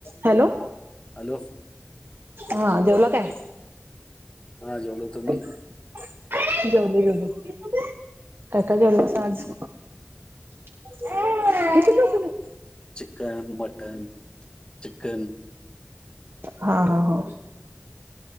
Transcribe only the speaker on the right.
Hello!
हा जेवला काय?
हा. जेवढो जेवढो काय का जेवढ साज. ह नक.
हा हा हा.